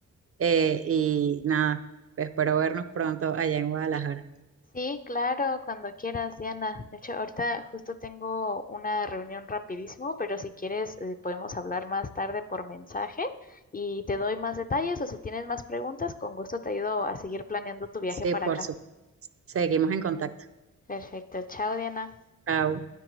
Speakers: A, on the right; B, on the left.
A: Eh, y nada, espero vernos pronto allá en Guadalajara.
B: Sí, claro, cuando quieras, Diana. De hecho, ahorita justo tengo una reunión rapidísimo, pero si quieres, eh, podemos hablar más tarde por mensaje y te doy más detalles o si tienes más preguntas, con gusto te ayudo a seguir planeando tu viaje
A: Sí,
B: para
A: por
B: acá.
A: supuesto. Seguimos en contacto.
B: Perfecto, chao, Diana.
A: Chao.